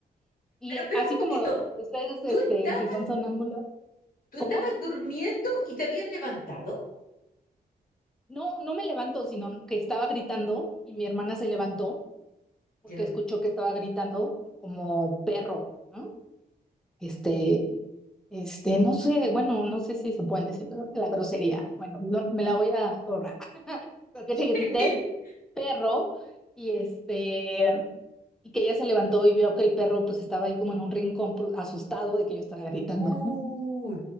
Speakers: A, in the centre; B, on the left.
A: Y
B: Pero
A: eh,
B: espérame
A: así
B: un poquito.
A: como ustedes,
B: ¿Tú
A: este,
B: estabas,
A: si son sonámbulos,
B: tú
A: ¿cómo?
B: estabas durmiendo y te habías levantado?
A: No, no me levanto, sino que estaba gritando y mi hermana se levantó porque
B: Ya.
A: escuchó que estaba gritando como perro, ¿no? Este, este, no sé, bueno, no sé si se pueden decir creo que la grosería. Bueno, no- me la voy a ahorrar. <laughs> porque
B: <laughs>
A: que le grité perro y este, y que ella se levantó y vio que el perro pues estaba ahí como en un rincón pues, asustado de que yo estaba gritando,
B: Uy.
A: ¿no?